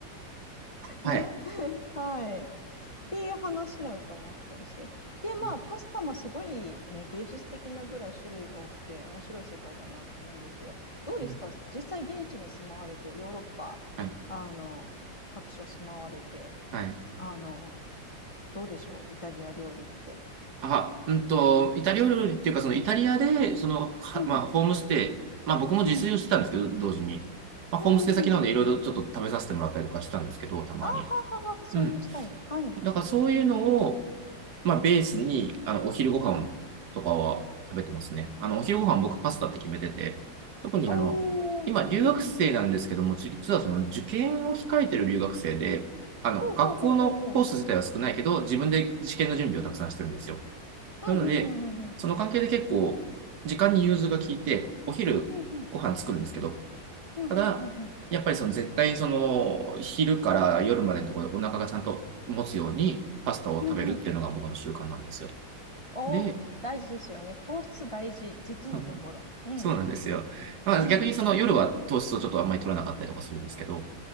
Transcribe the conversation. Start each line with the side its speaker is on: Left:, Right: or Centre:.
Right: はい。
Left: ね、はい。っていう話なんかもあったりして。で、まあ、
Right: うん
Left: パスタもすごいね、芸術的なぐらい種類が多くて、面白い世界だなと思うんですけど、どうですか実際現地に住まわれて、
Right: うん
Left: ヨーロッパ、
Right: はい。
Left: あの、各所住まわれて、
Right: はい。
Left: あの、どうでしょうイタリア料理って。
Right: あ、うんと、イタリア料理っていうか、そのイタリアで、その、はまあ、
Left: うん、
Right: ホームステイ、まあ僕も自炊をしてたんですけど、
Left: うん、うん、
Right: 同時に。まあ、
Left: うん、
Right: ホームステイ先なので、
Left: うん。うん
Right: いろいろちょっと食べさせてもらったりとかしたんですけど、たまに。
Left: あははは、そういうスタイル。
Right: うん。
Left: はい。
Right: だからそういうのを、まあ、ベースに、あの、お昼ご飯とかは食べてますね。あの、お昼ご飯僕パスタって決めてて、特にあの、
Left: おー、
Right: 今、留学生なんですけども、
Left: うん、うん。
Right: 実はその受験を控えてる留学生で、あの、
Left: ほうほうほうほうほう。
Right: 学校のコース自体は少ないけど、自分で試験の準備をたくさんしてるんですよ。
Left: うん、
Right: なので、
Left: うん、うん、うん、うん。
Right: その関係で結構、時間に融通が効いて、お昼ご飯作るんですけど、
Left: うん、うん、うん、
Right: ただ、
Left: うん、うん、うん、
Right: やっぱりその絶対その昼から夜までのところでお腹がちゃんと持つようにパスタを食べるっていうのが僕の習慣なんですよ。
Left: うん、うん、お大事ですよね。
Right: で、
Left: 糖質大事、
Right: <laughs>
Left: 実のところ。
Right: そうなん
Left: うん、
Right: そうなんですよ。
Left: うん、
Right: まあ、
Left: うん、
Right: 逆にその夜は糖質をちょっとあんまり取らなかったりとかするんですけど、